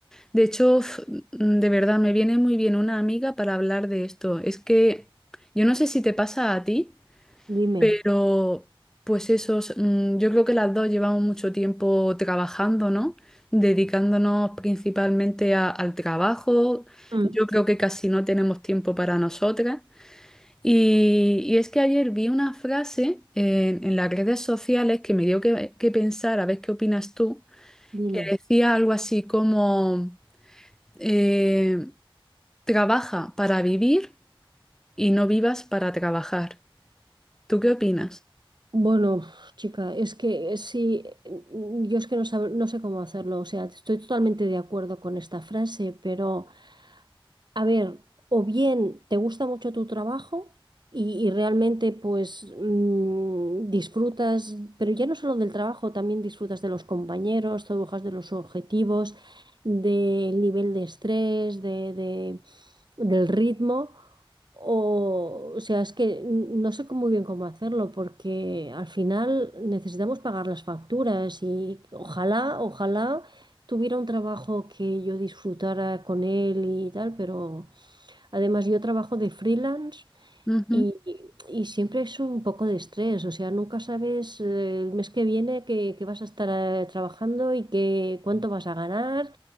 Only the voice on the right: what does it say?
Dime,
Mm.
dime.
Bueno, uf, chica, es que eh, sí, eh, yo es que no sab- no sé cómo hacerlo. O sea, estoy totalmente de acuerdo con esta frase, pero A ver, o bien te gusta mucho tu trabajo y, y realmente pues mm, disfrutas, pero ya no solo del trabajo, también disfrutas de los compañeros, te bajas de los objetivos, del nivel de estrés, de, de- del ritmo. O, o sea, es que n- no sé cómo- muy bien cómo hacerlo porque al final necesitamos pagar las facturas y ojalá, ojalá tuviera un trabajo que yo disfrutara con él y tal, pero además yo trabajo de freelance
y, y siempre es un poco de estrés, o sea, nunca sabes eh, el mes que viene que, que vas a estar eh, trabajando y que, cuánto vas a ganar